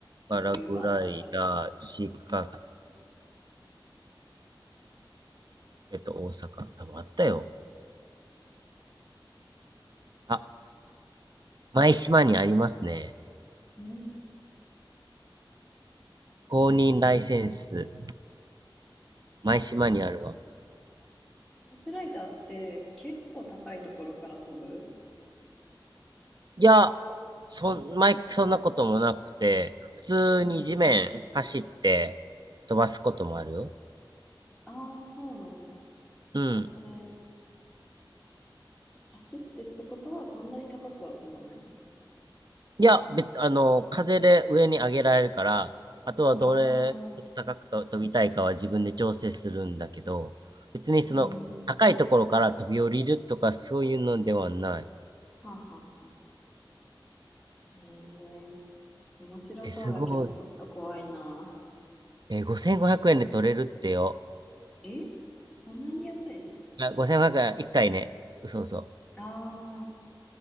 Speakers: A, on the right (about 55°); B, in the centre.
A: パラグライダー、
B: 初級は OK みたい
A: 四角えっと、大阪。多分あったよ。あ舞島にありますね。
B: なうん。
A: 公認ライセンス、舞島にあるわ。
B: トップライターって結構高いところから飛ぶ
A: いや、そん、前、そんなこともなくて、普通に地面走って
B: うん。
A: 飛ばすこともあるよ。
B: ああー、そうなんだ。
A: うん。
B: いや、それ、走ってってことはそんなに高くは飛ばないのか。
A: いや、べ、あの、風で上に上げられるから、あとはどれ高くと飛びたいかは自分で調整するんだけど、
B: ああ、
A: 別にその高いところから飛び降りるとかそういうのではない。
B: へえ。はあ、はあ、はあ。へえ。面白そうだけど、
A: え、すごい。
B: ちょっと怖いな。
A: え、5500円で取れるってよ。
B: えそんなに安いの
A: あ、5500円、1回ね。そうそ
B: ああ、